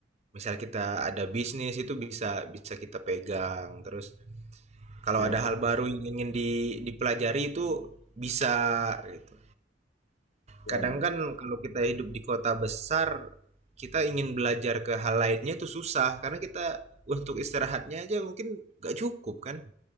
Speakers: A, on the right; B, on the left.
A: misal kita ada bisnis itu bisa bisa kita pegang terus kalau
B: Iya,
A: ada hal baru yang ingin di- dipelajari itu bisa gitu.
B: iya,
A: Kadang
B: iya.
A: kan kalau kita hidup di kota besar kita ingin belajar ke hal lainnya itu susah karena kita untuk istirahatnya aja mungkin gak cukup kan